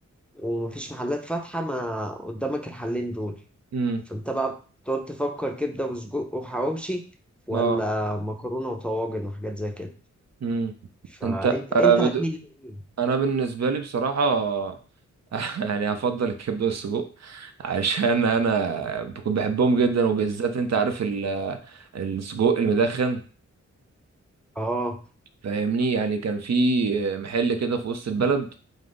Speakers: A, in the centre; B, on the right.
A: ومفيش محلات فاتحة ما قدامك الحلين دول
B: امم
A: فانت بقى بتقعد تفكر كبده وسجق وحواوشي ولا
B: اه
A: مكرونه وطواجن وحاجات زي كده
B: مم.
A: فانت
B: انت
A: انت
B: آه، بد...
A: هتميل لايه
B: انا بالنسبه لي بصراحه <laughs> يعني هفضل الكبده والسجق عشان انا بكون بحبهم جدا وبالذات انت عارف ال... السجق المدخن
A: اه
B: فاهمني يعني كان في محل كده في وسط البلد